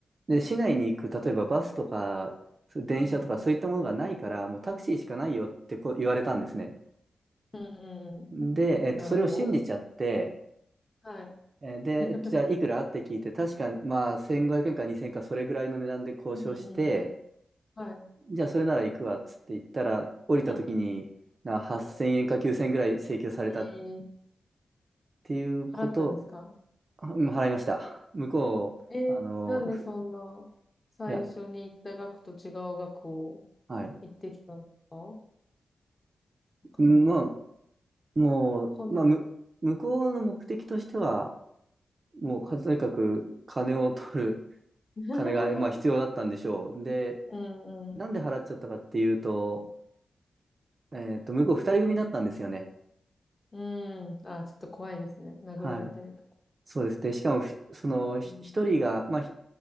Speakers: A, on the right; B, on the left.
A: で、市内に行く、例えばバスとか、電車とかそういったものがないから、
B: うん、うん。
A: もうタクシーしかないよってこう言われたんですね。
B: うん、うん、
A: で、えっと、
B: うん。なるほど。
A: それを信じちゃって、
B: はい。
A: えーで、
B: <laughs>
A: えっと、じゃあいくらって聞いて、確か、まあ、1500円か2000円かそれぐらいの値段で交渉して、
B: うん。うんうんうん。はい。うん
A: じゃあそれなら行くわっつって行ったら、降りた時に、
B: うん
A: な8000円か9000円ぐらい請求されたっ
B: うんえー、
A: ていうこと、
B: 払ったんですか
A: あうん払いました。向こう、
B: えー、
A: あの、
B: なんでそんな最初に行った額と違う額を
A: ふいや、はい。
B: 行ってきたんですかわかんない。
A: うんまあ、もう、
B: 混んでた。
A: まあ、む、向こうの目的としては、もう、とにかく金を取る、
B: <laughs>
A: 金が、まあ、必要だったんでしょう。で、
B: うんうん。
A: なんで払っちゃったかっていうと、えっと、向こう2人組だったんですよね。
B: うん。あ、ちょっと怖いですね。殴られたりとか。
A: はい。そうですね。しかもふ、その、
B: うん
A: ひ一人が、まあ、ひ